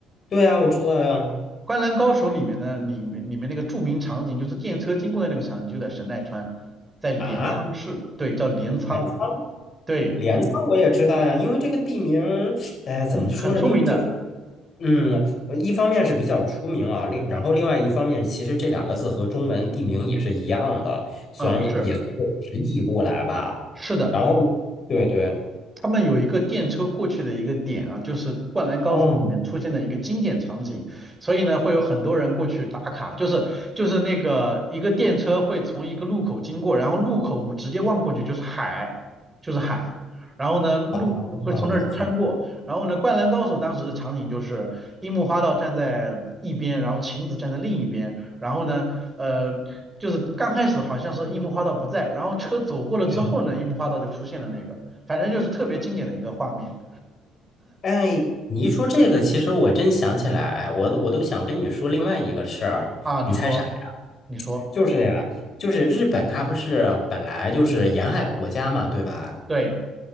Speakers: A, on the left; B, on the right.
A: 对啊，我知道呀。
B: 《灌篮高手》里面的里面里面那个著名场景，就是电车经过的那个场景，就在神奈川，在镰仓市，
A: 啊，
B: 对，叫镰仓，
A: 镰仓，
B: 对，
A: 镰仓我也知道呀，因为这个地名儿，哎，怎么说呢？
B: 嗯，很出名的，
A: 因为这个，嗯，呃一方面是比较出名啊，另然后另外一方面，其实这两个字和中文地名也是一样的，虽然也也随着直译过来吧。
B: 啊，是是的，
A: 然后，对对，
B: 他们有一个电车过去的一个点啊，就是《灌篮高手》里面出现的一个经典场景，
A: 哦，
B: 所以呢，会有很多人过去打卡，就是就是那个一个电车会从一个路口经过，然后路口直接望过去就是海，就是海，然后呢路会从那儿穿过，
A: 哦，好了解。
B: 然后呢，《灌篮高手》当时的场景就是樱木花道站在一边，然后晴子站在另一边，然后呢，呃。就是刚开始好像是樱木花道不在，然后车走过了之后呢，
A: 对，
B: 樱木花道就出现了那个。反正就是特别经典的一个画面
A: 哎，你一说这个，其实我真想起来，哎，我都我都想跟你说另外一个事儿，
B: 啊。你说，
A: 你猜啥？
B: 你说，
A: 就是呀，就是日本，它不是本来就是沿海国家嘛，对吧？
B: 对